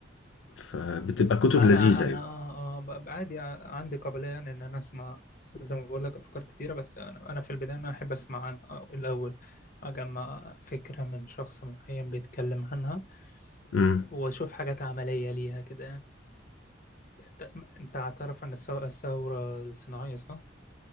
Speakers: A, on the left; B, on the left.
A: فبتبقى كتب
B: انا
A: لذيذة يعني
B: انا آه، آه، ب- عادي آه، عندي قابليه يعني ان انا اسمع زي ما بقول لك افكار كتيره بس انا انا في البدايه انا احب اسمع عنها الاول اجمع فكره من شخص معين بيتكلم عنها
A: امم
B: واشوف حاجات عمليه ليها كده يعني ت- انت هتعرف ان الثو- الثوره الصناعيه صح